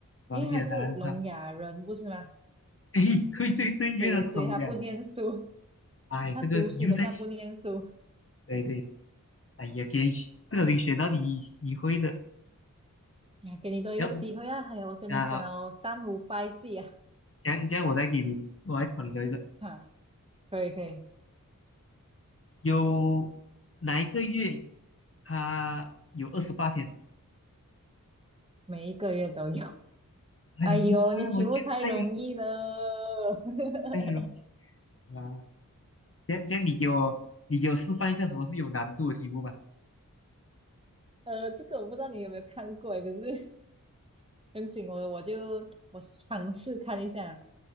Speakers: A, on the left; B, on the right.
A: 王姐的答案是
B: 因为他是聋哑人，不是吗？
A: <laughs> 哎，对对对，
B: 所以
A: 原来是龙虾。
B: <laughs> 所以他不念书，<laughs>
A: 哎，
B: 他读书，
A: 这个又在学，
B: 可是他不念书。
A: 对对，哎呀，给不小心学到你你会的。
B: 啊，给你多一个机会啊！
A: 要不
B: 还有，我跟你讲哦，
A: 啊，
B: 三五败绩啊！
A: 这样这样，我再给你，我来考你这一个。
B: <laughs> 哈，可以可以，
A: 有哪一个月它有二十八天？
B: 每一个月都有。<laughs>
A: 哎呀，
B: 哎呦，你题目太容易了。
A: 我觉得太有
B: <laughs>
A: 太容易了。这样这样，你给我你给我示范一下什么是有难度的题目吧。
B: 呃，这个我不知道你有没有看过诶，可是很紧我我就我尝试看一下。